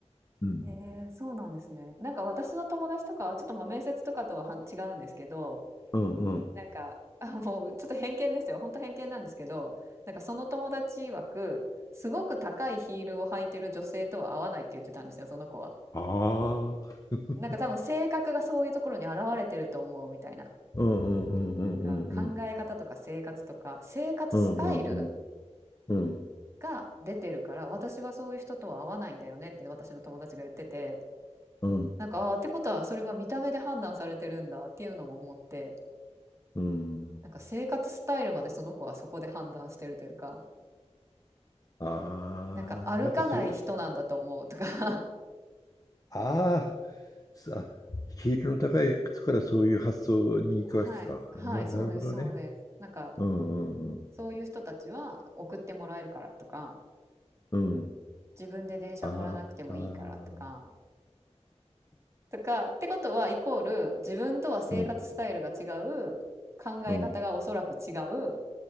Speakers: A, on the left; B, on the right.
A: うん。
B: えー、そうなんですね。なんか私の友達とかはちょっとまあ面接とかとはは違うんですけど、
A: うんうん。
B: なんか、あ、もうちょっと偏見ですよ。本当偏見なんですけど、なんかその友達曰く、すごく高いヒールを履いてる女性とは合わないって言ってたんですよ、その子は。
A: ああ、<laughs>
B: なんか多分性格がそういうところに表れてると思うみたいな。
A: うんうんうんうんうん
B: なんか考え方とか生活とか、生活スタイル
A: うんうんうんうん
B: が出てるから、私はそういう人とは合わないんだよねって私の友達が言ってて、
A: うん
B: なんか、あーってことはそれは見た目で判断されてるんだっていうのも思って、
A: うん
B: なんか生活スタイルまでその子はそこで判断してるというか、
A: ああーなんかそれ
B: なんか歩かない人なんだと思うとか <laughs>
A: ああさヒールの高い靴からそういう発想に行くわけかな、
B: はい、はい、
A: なるほどね
B: そうです、そうです。なんか
A: うんうん
B: そういう人たちは送ってもらえるからとか、
A: うんうん
B: 自分で電車乗らなくてもいいからとか、
A: あーあー
B: とかってことはイコール自分とは生活スタイルが違う、
A: うん
B: 考え方がおそらく違う、
A: うん